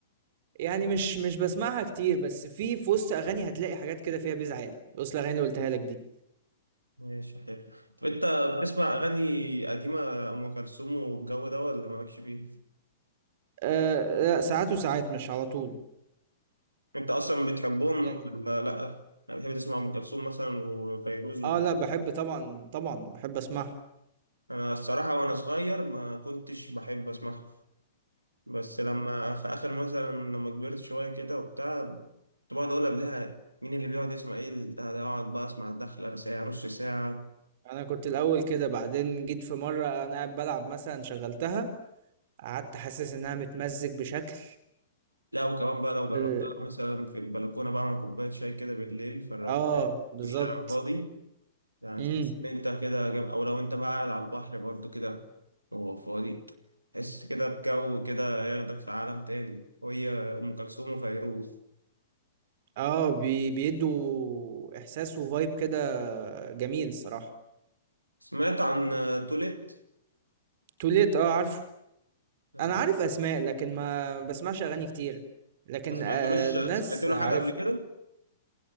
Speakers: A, on the right (about 45°); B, on the right (about 80°).
A: يعني مش مش بسمعها كتير بس في في وسط أغاني هتلاقي حاجات كده فيها بيز عالي وسط الأغاني اللي قلتها لك دي
B: ماشي حلو طب انت بتسمع اغاني قديمه ام كلثوم والجو ده ولا مالكش فيه
A: آه، لا ساعات وساعات مش على طول
B: انت اصلا بتحبهم
A: يعني
B: ولا لا انا بحب اسمع ام كلثوم مثلا وفيروز و...
A: اه لا بحب طبعا طبعا بحب اسمعه
B: انا الصراحه وانا صغير ما كنتش بحب اسمعها بس لما في اخر مثلا لما كبرت شويه كده وبتاع كنت بقعد اقول قبلها مين اللي بيقعد يسمع ايه ده ده اقعد بقى اسمع الدخله ساعه نص ساعه
A: انا كنت الاول كده بعدين جيت في مره انا قاعد بلعب مثلا شغلتها قعدت حاسس انها متمزج بشكل
B: لا وكمان بقى لو جربتها
A: اه
B: مثلا في البلكونة بعمل كوباية شاي كده بالليل في الروقان
A: آه، بالظبط
B: والشارع فاضي يعني
A: امم
B: تحس إن أنت كده جم... أو لو أنت بقى قاعد على البحر برضو كده وهو فاضي تحس كده بجو كده ياخدك في عالم تاني وهي أم كلثوم وفيروز
A: اه بي بيدوا احساس وفايب كده جميل صراحة
B: سمعت عن آه، توليت
A: توليت اه عارفه
B: آه،
A: انا عارف اسماء لكن ما بسمعش اغاني كتير لكن
B: ما سمعتلوش
A: آه الناس
B: سمعت له
A: عارفه
B: حاجة قبل كده؟